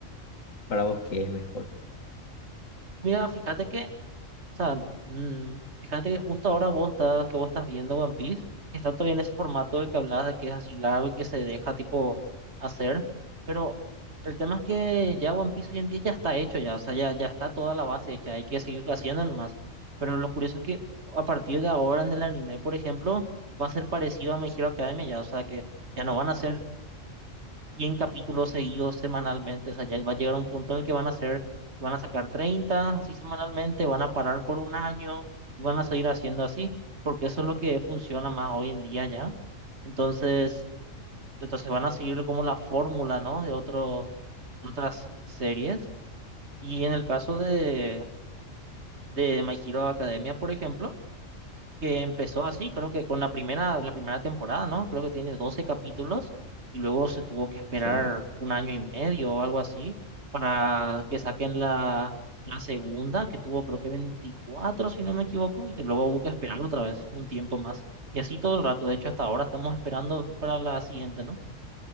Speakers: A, on the left; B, on the right.
A: ¿Para vos qué es mejor?
B: Mira, fíjate que O sea, mm, fíjate que justo ahora vos estás, que vos estás viendo One Piece, está todavía en ese formato del que hablabas de que es así largo y que se deja tipo hacer, pero el tema es que ya One Piece hoy en día ya está hecho ya, o sea, ya, ya está toda la base hecha, hay que seguir haciendo nomás. Pero lo curioso es que a partir de ahora en el anime, por ejemplo, va a ser parecido a My Hero Academia ya, o sea que ya no van a ser 100 capítulos seguidos semanalmente. O sea, ya va a llegar un punto en el que van a hacer van a sacar 30 así semanalmente, van a parar por un año y van a seguir haciendo así, porque eso es lo que funciona más hoy en día ya. Entonces, entonces van a seguir como la fórmula, ¿no? De otros, de otras series. Y en el caso de, de My Hero Academia, por ejemplo, que empezó así, creo que con la primera, la primera temporada, ¿no? Creo que tiene 12 capítulos y luego se tuvo que esperar
A: Sí.
B: un año y medio o algo así para que saquen la, la segunda, que tuvo creo que veinticuatro si no me equivoco, y te- luego hubo que esperar otra vez un tiempo más. Y así todo el rato, de hecho hasta ahora estamos esperando para la siguiente, ¿no?